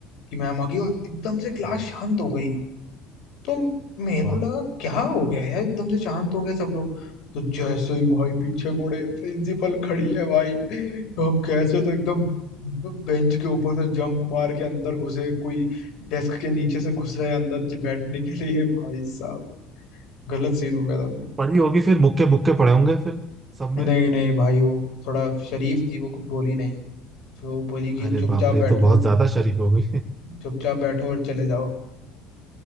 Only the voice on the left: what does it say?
कि मैम आ गई और एकदम से क्लास
शांत हो गई तो मेरे
को लगा क्या हो गया यार एकदम से शांत हो गए सब लोग तो जैसे ही भाई पीछे मुड़े प्रिंसिपल खड़ी है भाई तो हम कैसे तो एकदम बेंच के ऊपर से जंप मार के अंदर घुसे कोई डेस्क के नीचे से घुस रहे अंदर च- बैठने के लिए भाई साहब गलत सीन हो गया था भाई
नहीं
नहीं भाई वो थोड़ा शरीफ थी वो कुछ बोली नहीं फिर वो बोली कि
चुपचाप
बैठो
चुपचाप बैठो और चले जाओ